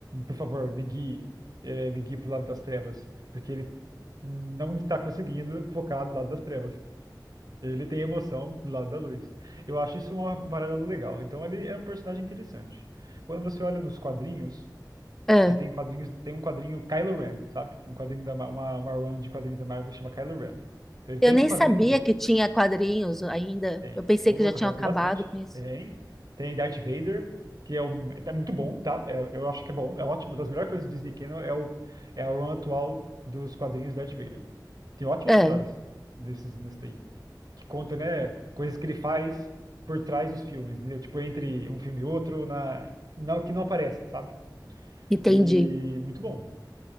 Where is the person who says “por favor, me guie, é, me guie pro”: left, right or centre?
Right